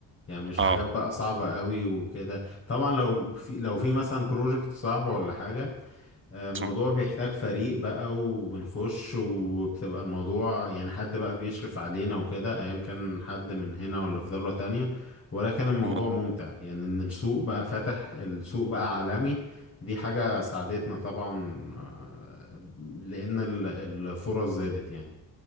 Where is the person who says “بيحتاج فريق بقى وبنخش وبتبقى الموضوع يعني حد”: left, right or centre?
Left